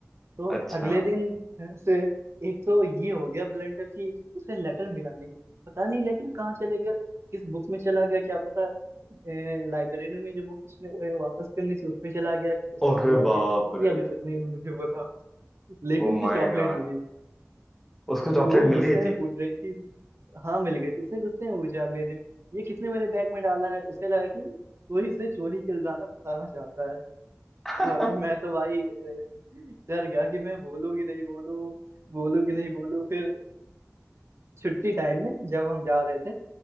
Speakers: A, on the right; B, in the centre.
A: तो
B: अच्छा
A: अगले दिन से एक तो ये हो गया ब्लेंडर की उसे लेटर मिला नहीं पता नहीं लेटर कहाँ चले गया किस बुक में चला गया क्या पता लाइब्रेरी में जो बुक उसने अ, वापस करनी थी उसमें चला गया कि किसमें
B: अरे
A: चला गया
B: बाप
A: ये
B: रे
A: अभी तक नहीं मुझे पता लेकिन
B: Oh
A: उसे
B: my
A: चॉकलेट
B: god
A: मिली
B: उसको
A: वो
B: चॉकलेट मिल
A: गुस्से
B: गई
A: में
B: थी
A: पूछ रही थी हाँ मिल गई थी उसने गुस्से में पूछा अगले दिन ये किसने मेरे बैग में डाला है उसे लगा कि कोई इसे चोरी के इल्जाम में फंसाना चाहता है
B: <laughs>
A: हाँ, मैं तो भाई अ, डर गया कि मैं बोलूँ कि नहीं बोलूँ बोलूँ कि नहीं बोलूँ फिर छुट्टी टाइम में जब हम जा रहे थे